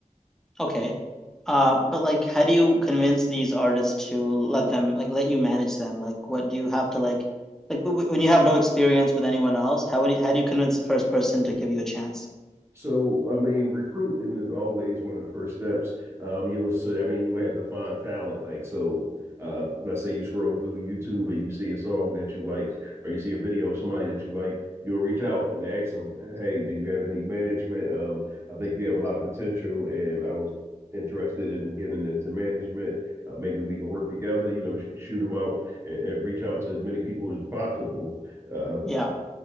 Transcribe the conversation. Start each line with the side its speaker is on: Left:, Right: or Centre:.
Centre: Okay. Uh, but like, how do you convince these artists to let them like let you manage them? Like, what do you have to like like w w- when you have no experience with anyone else? How would you, how do you convince the first person to give you a chance?
Right: So, I mean, recruiting is always one of the first steps. Um, you was, so I mean, you have to find talent. Like, so, uh, let's say you scroll through YouTube and you see a song that you like, or you see a video of somebody that you like, you'll reach out and ask them, "Hey, do you have any management? Um, I think you have a lot of potential, and I was interested in getting into management. Uh, maybe we can work together. You know, sh shoot them out and, and reach out to as many people as possible. Uh,
Centre: Yeah.